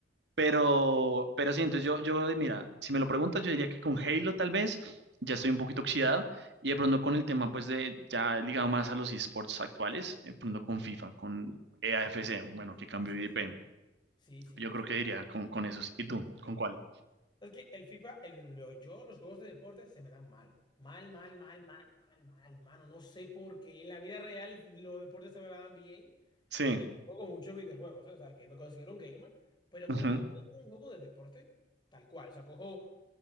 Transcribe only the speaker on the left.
Sí,
sí.
FIFA,
el FIFA,
sí,
sí. Sí, sí,
el
FIFA.
Es que el FIFA, el, lo- yo, los juegos de deporte se me dan mal. Mal, mal, mal, mal, mal, mal, mano. No sé por qué. En la vida real los deportes se me dan bien
y yo juego muchos videojuegos, ¿eh? O sea, que me considero un gamer. Pero
cuando cojo un juego de deporte, tal cual. O sea, cojo